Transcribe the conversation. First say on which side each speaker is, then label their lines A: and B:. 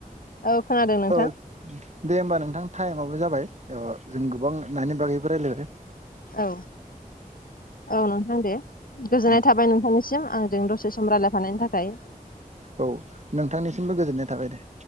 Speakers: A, on the left (about 75°); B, on the right (about 50°).
A: औ खोनादों नोंथां।
B: ओ दे होमबा नोंथां टाइमाबो जाबाय ओ जों गोबां नानि बागैबो रायज्लायबाय।
A: औ औ नोंथां दे गोजोननाय
B: ओं
A: थाबाय नोंथांनिसि सिम आंजों दसे सम रायलायफानायनि थाखाय
B: औ नोंथांनिसिमबो गोजोननाय थाबाय दे।